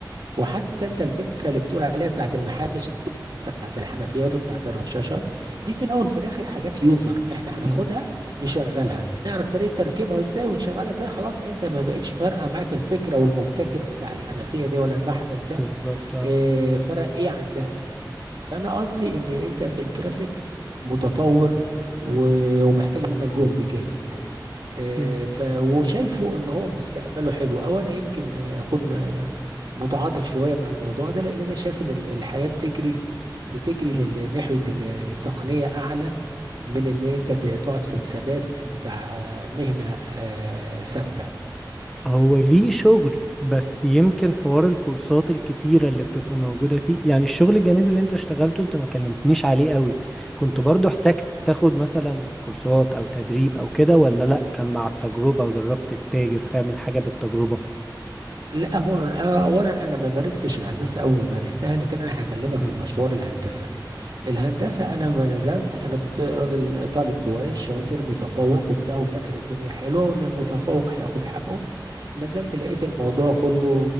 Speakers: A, on the right; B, in the centre.
A: وحتى انت الفكره اللي بتقول عليها بتاعت المحابس بتاعت الحنفيات وبتاعت الرشاشات دي في الاول في الاخر حاجات يوزر احنا هناخدها
B: مم،
A: نشغلها نعرف طريقه تركيبها ازاي وتشغلها ازاي خلاص انت ما بقتش فارقه معاك الفكره والمبتكر بتاع الحنفيه دي ولا المحبس ده
B: بالظبط اه
A: اه فرق ايه عن ده فانا قصدي ان انت في الجرافيك متطور و- ومحتاج منك جهد جامد آه،
B: مم.
A: ف وشايفه ان هو مستقبله حلو او انا يمكن آه، اكون آه، متعاطف شويه مع الموضوع ده لان انا شايف ان ال- الحياه بتجري بتجري لل-
B: <laughs>
A: ناحيه ال- التقنيه اعلى من ان انت ت- تقعد في الثبات بتاع آه، مهنه آه، ثابته
B: هو ليه شغل بس يمكن حوار الكورسات الكتيرة اللي بتبقى موجودة فيه يعني الشغل الجانبي اللي انت اشتغلته انت ما كلمتنيش عليه قوي كنت برضو احتجت تاخد مثلا كورسات او تدريب او كده ولا لا كان مع التجربة جربت تتاجر وتعمل حاجة بالتجربة
A: لا هو اولا انا ما مارستش الهندسه او ما مارستها لكن انا هكلمك
B: مم.
A: في مشوار الهندسه الهندسه انا ما نزلت انا كنت راجل طالب كويس شاطر متفوق وبتاع وفاكر الدنيا حلوه وان المتفوق هياخد حقه نزلت لقيت الموضوع كله